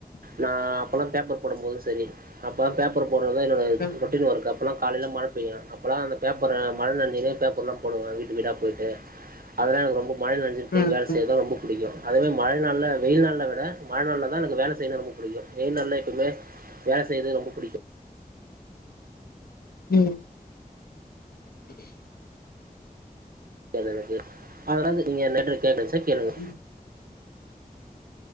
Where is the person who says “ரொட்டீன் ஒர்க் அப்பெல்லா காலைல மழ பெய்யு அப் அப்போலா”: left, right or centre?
Right